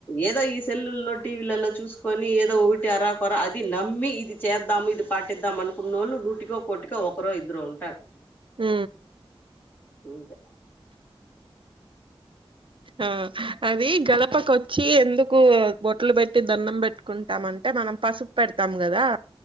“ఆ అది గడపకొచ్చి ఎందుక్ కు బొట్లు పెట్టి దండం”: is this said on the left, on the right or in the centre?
Right